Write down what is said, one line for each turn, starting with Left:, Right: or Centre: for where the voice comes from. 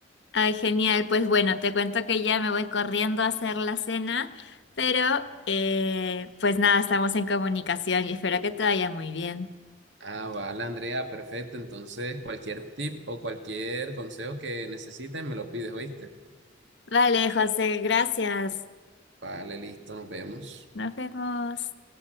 Left: Ay, genial. Pues bueno, te cuento que ya me voy corriendo a hacer la cena, pero eh, pues nada, estamos en comunicación y espero que te vaya muy bien.
Right: Ah, vale, Andrea, perfecto. Entonces, cualquier tip o cualquier consejo que necesites, me lo pides, ¿oíste?
Left: Vale, José, gracias.
Right: Vale, listo, nos vemos.
Left: Nos vemos.